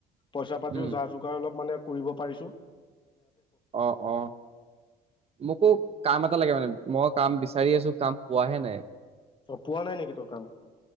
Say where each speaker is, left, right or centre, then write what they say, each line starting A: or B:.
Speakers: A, on the left (about 30°); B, on the right (about 35°).
A: পইচা পাতিও
B: উম
A: যা যোগাৰ অলপ মানে কৰিব পাৰিছোঁ।
B: অ অ মোকো কাম এটা লাগে মানে মই কাম বিচাৰি আছোঁ কাম পোৱাহে নাই
A: অ পোৱা নাই নেকি তোৰ কাম?